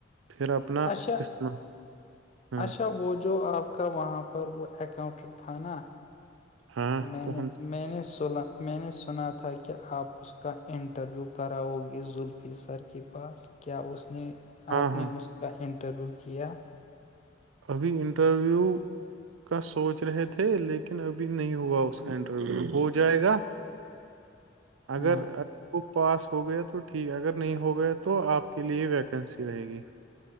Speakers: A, on the right; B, on the left.
A: پھر اپنا
B: اچھا
A: قسمت ہاں
B: اچھا وہ جو آپ کب وہاں پر وہ اکاؤنٹنٹ تھا نا
A: ہاں
B: نے
A: کون
B: نے سنا میں نے سنا تھا کہ آپ <unintelligible> اس کا انٹرویو کراؤ گے زلفی سر کے پاس کیا اس نے
A: ہاں
B: آپ
A: ہاں
B: نے اسک انٹرویو کیا <unintelligible>
A: ابھی انٹرویو کا سوچ رہے تھے لیکن ابھی نہیں ہوا اس کا انٹرویو ہو جائے گا اگر
B: ہاں
A: وہ پاس ہو گیا تو ٹھیک ہے اگر نہیں ہو گیا تو آپ کے لیے ویکنسی رہے گی